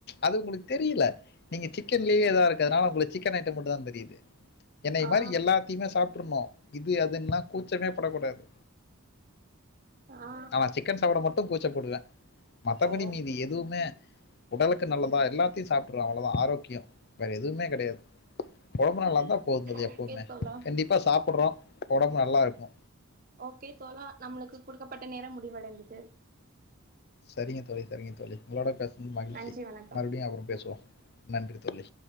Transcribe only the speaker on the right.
ஆ
ஆ
ஓ
ஓகே
தோழா
ஓகே தோழா நம்மளுக்கு குடுக்கப்பட்ட நேர முடிவடைந்தது
நன்றி வணக்கம்